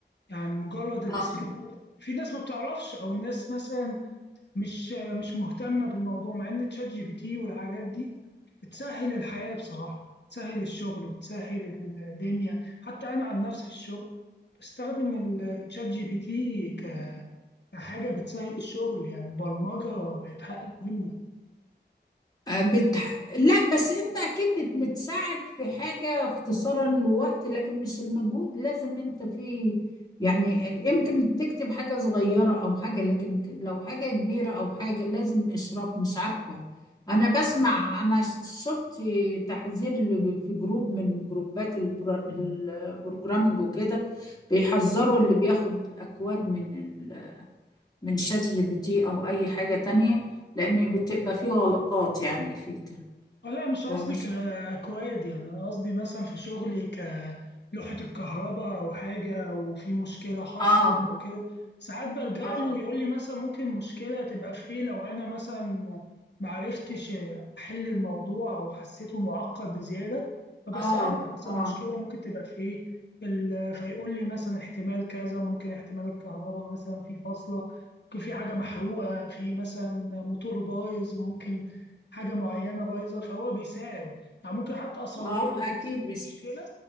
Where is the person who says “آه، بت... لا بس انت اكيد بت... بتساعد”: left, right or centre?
Left